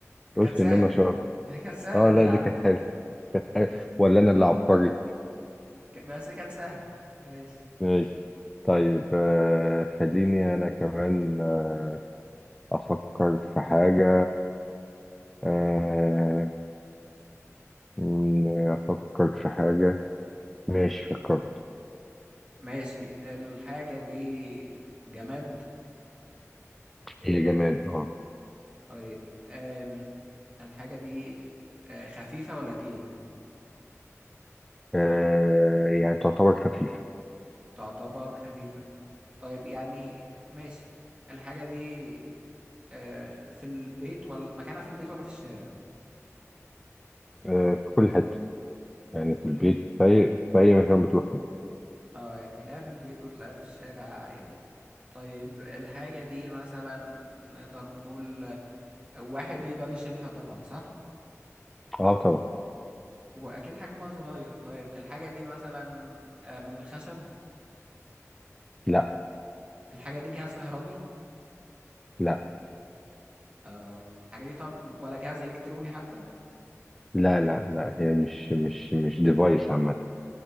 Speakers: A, in the centre; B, on the right.
A: قلت
B: كانت سهلة
A: ان انا شاطر
B: دي <laughs> كانت سهلة
A: اه
B: دي
A: لا
B: يا
A: دي
B: عم
A: كانت حلوه كانت حلوه
B: ماشي
A: ولا انا اللي عبقري
B: ك- بس كانت سهلة ماشي
A: ماشي طيب آه، خليني أنا كمان آه، أفكر في حاجة آه، م- أفكر في حاجة ماشي فكرت
B: ماشي الحاجة دي جماد
A: هي جماد اه
B: طيب آم. الحاجة دي آه، خفيفة ولا تقيلة؟
A: آه، يعني تعتبر خفيفة
B: تعتبر خفيفة طيب يعني ماشي الحاجة دي آه، في البيت ولا مكانها في البيت ولا في الشارع
A: آه، في كل حتة يعني
B: في
A: في
B: كل
A: البيت
B: حتة
A: في أي في أي مكان بتروح فيه
B: اه يعني تلاقيها في البيت وتلاقيها في الشارع عادي طيب الحاجة دي مثلا نقدر نقول آه، واحد يقدر يشيلها طبعا صح
A: اه طبعا
B: وأكيد حجمها صغير طيب الحاجة دي مثلا آه، من الخشب
A: لا
B: الحاجة دي جهاز كهربي
A: لا
B: اه الحاجة دي طب ولا جهاز إلكتروني حتى
A: لا لا لا هي مش مش مش ديفايس عامة